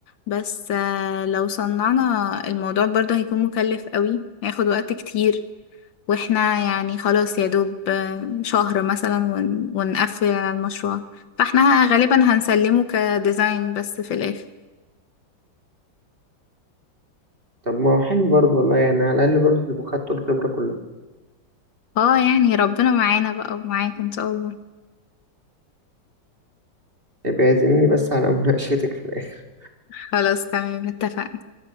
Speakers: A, on the left (about 75°); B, on the right (about 30°).
A: بس آه، لو صنعنا الموضوع برضو هيكون مكلف قوي هياخد وقت كتير واحنا يعني خلاص يا دوب آه، شهر مثلا ون- ونقفل على المشروع فاحنا غالبا هنسلمه كديزاين بس في الاخر
B: طب ما هو حلو برضه والله يعني على الأقل برضه تبقوا خدتوا الخبرة كلها
A: اه يعني ربنا معانا بقى ومعاك ان شاء الله
B: يبقى اعزميني بس على <laughs> مناقشتك في الآخر
A: خلاص تمام اتفقنا